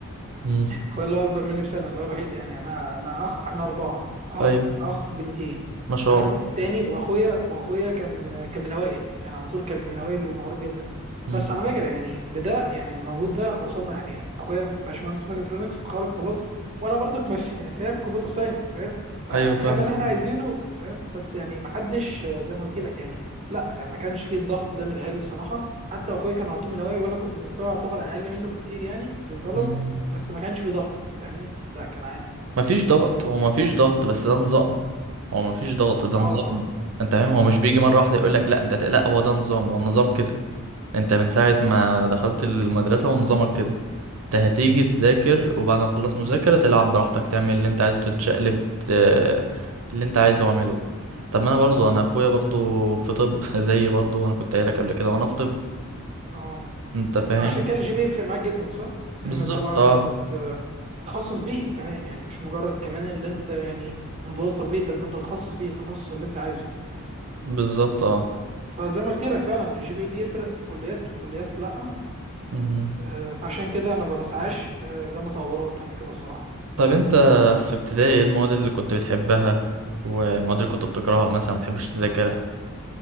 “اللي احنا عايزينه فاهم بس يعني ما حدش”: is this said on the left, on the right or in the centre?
Right